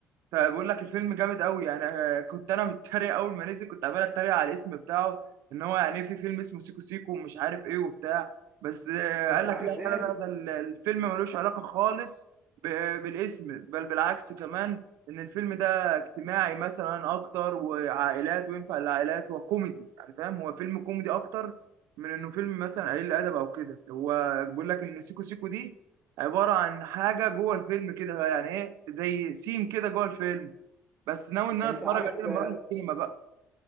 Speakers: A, on the right (about 80°); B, on the right (about 25°).
A: فبقول لك الفيلم جامد قوي يعني آه، كنت انا متريق اول ما نزل كنت عمال اتريق على الاسم بتاعه ان هو يعني إيه في فيلم اسمه سيكو سيكو ومش عارف ايه وبتاع بس آه،
B: انت
A: قال لك
B: عارف
A: لا
B: ايه
A: لا لا ده ال- الفيلم ملوش علاقة خالص ب- بالاسم بل بالعكس كمان ان الفيلم ده اجتماعي مثلا اكتر وعائلات وينفع للعائلات وكوميدي يعني فاهم هو فيلم كوميدي اكتر من انه فيلم مثلا قليل الادب او كده هو بيقول لك ان سيكو سيكو دي عباره عن حاجه جوه الفيلم كده يعني ايه زي سيم كده جوه الفيلم بس ناوي ان انا
B: انت
A: اتفرج
B: عارف
A: عليه لما اروح السينما بقى